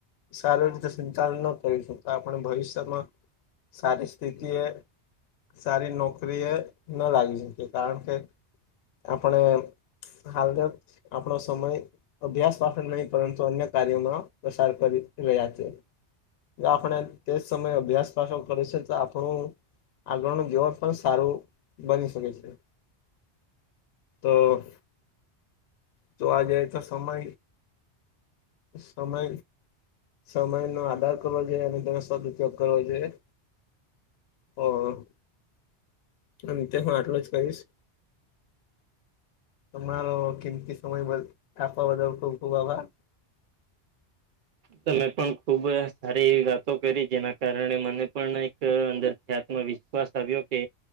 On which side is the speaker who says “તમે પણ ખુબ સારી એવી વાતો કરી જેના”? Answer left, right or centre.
Right